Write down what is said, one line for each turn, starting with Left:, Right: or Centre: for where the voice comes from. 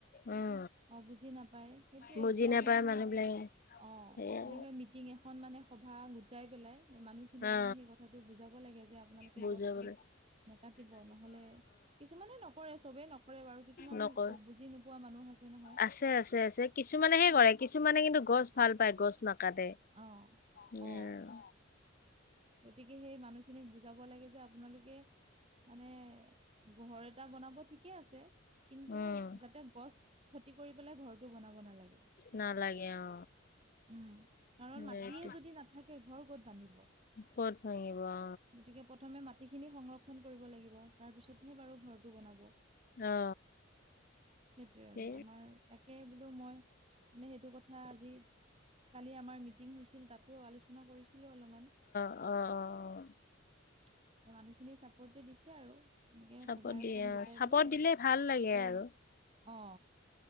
Left: উম।
Right: অ বুজি নাপায় সেইটোয়ে
Left: বুজি
Right: এতিয়া
Left: নাপায়
Right: আমি মানে
Left: মানুহ বিলাকে
Right: অ
Left: সেয়াই
Right: এনেকে মিটিং এখন মানে সভা গোটাই পেলাই মানুহ খিনিক
Left: অ
Right: মানে সেই কথাটো বুজাব লাগে যে আপোনালোকে
Left: বুজাবলৈ
Right: গছ এচ। নাকাটিব নহ'লে, কিছুমানে নকৰে, চবে নকৰে, বাৰু কিছুমান
Left: নকৰ
Right: অ বুজি নোপোৱা মানুহ আছে নহয়।
Left: আছে আছে আছে কিছুমানে হে কৰে কিছুমানে কিন্তু গছ ভাল পায় গছ নাকাটে।
Right: অ
Left: সেইয়া
Right: অ
Left: আৰু।
Right: গতিকে সেই মানুহখিনিক বুজাব লাগে যে আপোনালোকে মানে ঘ বনাব ঠিকে আছে কিন্তু
Left: উম
Right: যাতে গছ ক্ষতি কৰি পেলায় ঘৰ। ঘৰ বনাব নালাগে।
Left: নালাগে অ
Right: উম কাৰণ মাটিয়ে
Left: সেইটো
Right: যদি নাথাকে ঘৰ ক'ত বান্ধিব।
Left: ক'ত ভাঙিব অ
Right: গতিকে প্ৰথমে মাটিখিনি সংৰক্ষন কৰিব লাগিব। তাৰ পিছতহে বাৰু ঘৰটো বনাব।
Left: অ
Right: সেইটোৱে
Left: সেই
Right: আৰু আমাৰ তাকে বোলো মই। মানে সেইটো কথা আজি কালি আমাৰ মিটিং হৈছিল, তাতো আলোচনা কৰিছিলো অলপমান।
Left: অ অ অ।
Right: <inaudible> যে মানুহখিনি চাপৰ্টে দিছে, আৰু এনেকে
Left: চাপত
Right: সভা
Left: দিয়ে
Right: এখন গোটাই
Left: চাপত
Right: পেলাই
Left: দিলে ভাল লাগে
Right: যে।
Left: আৰু
Right: অ